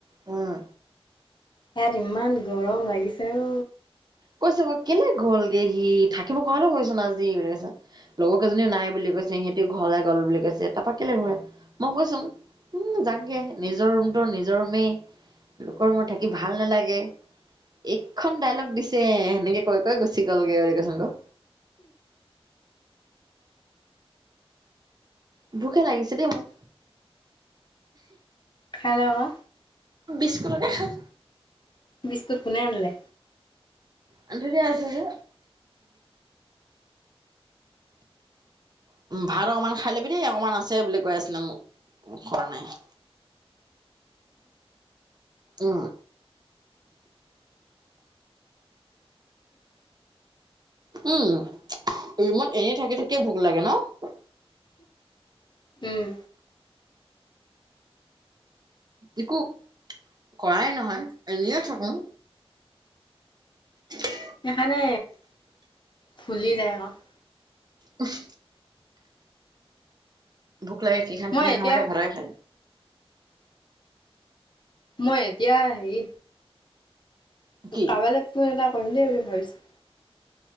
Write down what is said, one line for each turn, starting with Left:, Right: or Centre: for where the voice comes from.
Right: উম।
Left: ইয়াত ইমান গৰম লাগিছে অ।
Right: কৈছোঁ ক কেলে গলগে সি থাকিব কোৱাহলও হ'ল ছোন আজি বুলি কৈছোঁ। লগৰ কেইজনীও নাই বুলি কৈছে সিহঁতি ঘৰলে গ'ল বুলি কৈছে। তাৰাপা কেলে নো মই কৈছোঁ উম যাগে নিজৰ ৰুমটো নিজৰ ৰুমেই লোকৰ ৰুমত থাকি ভাল নেলাগে। এইখন ডাইলগ দিছে সেনেকে কৈ কৈ গুচি গ'লগে কৈছোং ক ভোকহে লাগিছে দেই মোৰ।
Left: হেল্ল'
Right: বিস্কুটকে খাং
Left: বিস্কুট কোনে আনিলে?
Right: আনি থৈ দিয়া আছে যে। ভাত অকণমান খাই ল'বি দেই অকণমান আছে বুলি কৈ আছিলে মোক খোৱা নাই। <inaudible> উম। উম ৰুমত এনেই থাকি থাকিয়ে ভোক লাগে ন।
Left: উম।
Right: একো কৰাই নহয় এনেয়ে থাকো। উ <inaudible>
Left: সেইকাৰণে ফুলি যায় আক।
Right: উ <inaudible> ভোক লাগে কি খাং
Left: মই
Right: কি নাখাং
Left: এতিয়া
Right: লাগে ভাতকে খাং।
Left: মই এতিয়া সেই কাৰোবালে
Right: কি
Left: ফোন এটা কৰিম দেই বুলি ভাবিছো